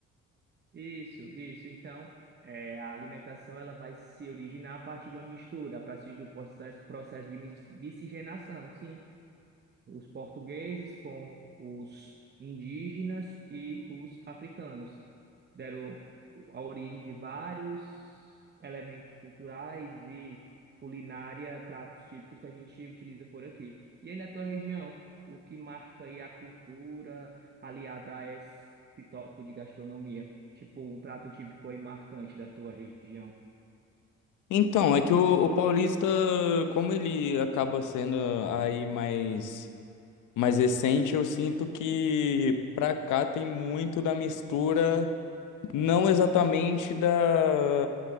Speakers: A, on the right; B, on the left.
A: Isso, isso. Então, é, a alimentação ela vai se originar a partir de uma mistura, a partir do processo, processo de mis- miscigenação, sim. os portugueses com os indígenas e os africanos. Deram a origem de vários elementos culturais e culinária, pratos típicos que a gente utiliza por aqui. E aí na tua região, o que marca aí a cultura aliada a esse tópico de gastronomia? Tipo, um prato típico aí marcante da tua região?
B: Então, é que o, o Paulista, como ele acaba sendo aí mais, mais recente, eu sinto que pra cá tem muito da mistura, não exatamente da,